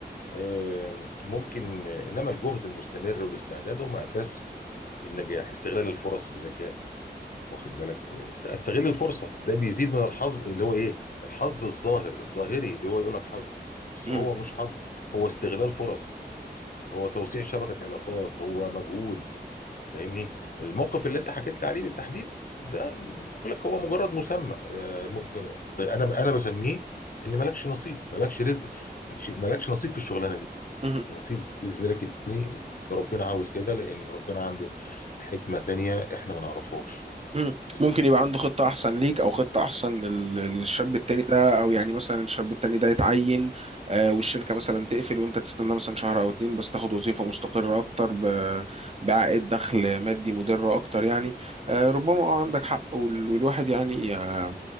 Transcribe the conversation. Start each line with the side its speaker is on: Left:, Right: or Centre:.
Left: آه، ممكن آه، إنما الجهد المستمر والاستعداد هم أساس النجاح استغلال الفرص بذكاء واخد بالك است- استغل الفرصه ده بيزيد من الحظ اللي هو ايه الحظ الظاهر الظاهري اللي هو يقول لك حظ بس
Right: مهم،
Left: هو مش حظ هو استغلال فرص هو توسيع شبكه علاقات هو مجهود فاهمني الموقف اللي انت حكيت لي عليه بالتحديد ده م- بقول لك هو مجرد مسمى آه، ممكن انا انا بسميه ان مالكش نصيب مالكش رزق مالكش مالكش نصيب في الشغلانه دي
Right: مهم.
Left: نصيب لزميلك التاني لأن ربنا عاوز كده لان ربنا عنده حكمه تانيه احنا ما نعرفهاش
Right: مم.
Left: بس
Right: ممكن يبقى عنده خطة أحسن ليك أو خطة أحسن لل- للشاب التاني ده أو يعني مثلا الشاب التاني ده يتعين آه، والشركة مثلا تقفل وأنت تستنى مثلا شهر أو اتنين بس تاخد وظيفة مستقرة أكتر ب- بعائد دخل مادي مدر أكتر يعني آه، ربما أه عندك حق وال- والواحد يعني آه،